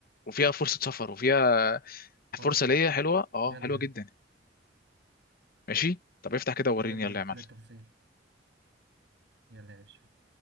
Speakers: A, on the left; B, on the right.
A: وفيها فرصه سفر وفيها
B: خلاص
A: فرصه
B: تعال
A: ليا حلوه اه
B: يلا
A: حلوه جدا ماشي طب افتح كده ووريني
B: يلا
A: يلا
B: اوريك
A: يا معلم
B: كل التفاصيل يلا يا باشا